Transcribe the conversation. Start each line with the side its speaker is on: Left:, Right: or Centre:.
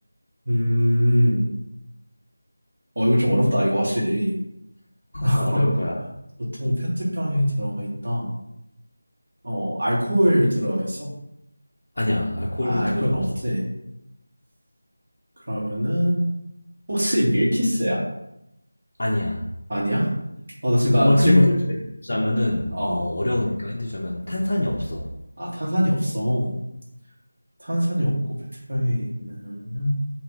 Right: 음, 어, 이거 좀 어렵다, 이거 확실히. <laughs> 그거
Left: <laughs> 어려울 거야.
Right: 보통 페트병에 들어가 있다. 어, 알코올 들어가 있어?
Left: 아니야, 알코올은
Right: 아, 알코올은
Left: 전혀 없어.
Right: 없지. 그러면은 혹시 밀키스야?
Left: 아니야.
Right: 아니야? 어, 나 지금 나
Left: 정말
Right: 질문
Left: 큰 힌트를 주- 주자면은
Right: 어,
Left: 어, 어려우니까 힌트 주자면 탄산이 없어.
Right: 아 탄산이 없어. 탄산이 없고 페트병에 있는